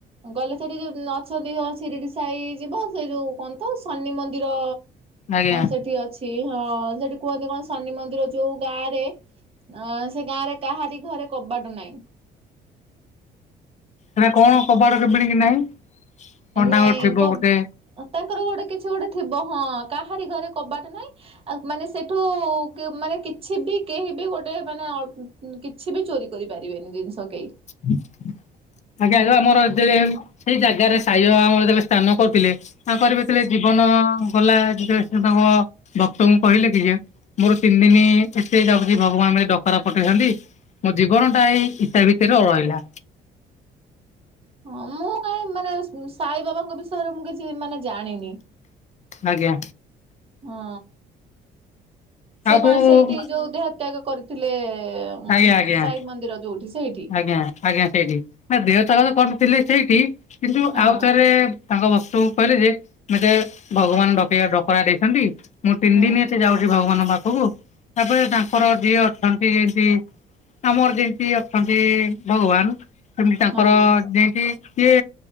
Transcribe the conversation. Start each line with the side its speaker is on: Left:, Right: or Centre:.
Right: ଗଲେ ସେଠି ଅଛନ୍ତି ହଁ ସିରିଡି ସାଇ ଯିବ ସେ ଯୋଉ କଣ ତ ଶନି ମନ୍ଦିର
Left: ଆଜ୍ଞା
Right: ସେଠି ଅ ଅଛି ହଁ ସେଠି କୁହନ୍ତି କଣ ଶନି ମନ୍ଦିର ଯୋଉ ଗାଁରେ ଅ ସେ ଗାଁରେ କାହାରି ଘରେ କବାଟ ନାହିଁ
Left: ସେଟା କଣ କବାଟ କେମିଣ କି ନାହିଁ କଣ
Right: ନାଇଁ
Left: ତାଙ୍କର ଥିବ
Right: କ
Left: ଗୋଟେ
Right: ତାଙ୍କର ଗୋଟେ କିଛି ଗୋଟେ ଥିବ ହଁ କାହାରି ଘରେ କବାଟ ନାଇଁ। ଆଉ ମାନେ ସେଠୁ ମାନେ କିଛି ବି କେହି ବି ଗୋଟେ ମାନେ କିଛି ବି ଚୋରି କରିପାରିବେନି ଜିନିଷ କେହି
Left: <inaudible> ଆଜ୍ଞା ଆ ଆମର ଯେତେବେଳେ ସେଇ ଜାଗାରେ ସାଇବାବା ଆମର ସ୍ଥାନ କରୁଥିଲେ ତାଙ୍କର ଯେତେବେଳେ
Right: ହଁ।
Left: ଜୀବନ ଗଲା ଯେତେଳେ ସେ ତାଙ୍କ ଭକ୍ତଙ୍କୁ କହିଲେ କି ଯେ ମୋର ତିନି ଦିନ ଏତେ ଯାଉଛି ଭଗବାନ ଡକରା ପଠେଇଛନ୍ତି, ମୋ ଜୀବନ ଟା ଏଇ ଇଟା ଭିତରେ ରହିଲା।
Right: ହଁ ମୁଁ କାଇହିଁ ମାନେ ସାଇ ବାବାଙ୍କ ବିଷୟରେ ମୁଁ କିଛି କିଛି ମାନେ ଜାଣିନି
Left: ଆଜ୍ଞା
Right: ହଁ। ସେ
Left: ଆଉ କୋଉ
Right: କଣ ସେଇଠି ଯୋଉ ଦେହତ୍ୟାଗ କରିଥିଲେ ଉ
Left: ଆଜ୍ଞା ଆଜ୍ଞା।
Right: ସାଇ ମନ୍ଦିର ଯୋଉଠି ସେଇଠି?
Left: ଆଜ୍ଞା ଆଜ୍ଞା ସେଇଠି ନା ଦେହ ତ୍ୟାଗ ତ କରିଥଲେ ସେଇଠି କିନ୍ତୁ
Right: ହଁ
Left: ଆଉଥରେ ତାଙ୍କ ବସ୍ତୁ କହିଲେ ଯେ ମତେ ଭଗବାନ ଡକେଇ ଡକରା ଦେଇଛନ୍ତି ମୁଁ ତିନି
Right: ହୁଁ
Left: ଦିନ ଏତେ ଯାଉଛି ଭଗବାନ ପାଖକୁ ତାପରେ ତାଙ୍କର ଯିଏ ଅଛନ୍ତି ଜେନ୍ତି ଆମର ଯେମିତି ଅଛନ୍ତି ଭଗବାନ ସେମିତି ତାଙ୍କର
Right: ହଁ
Left: ଯେ କି ସିଏ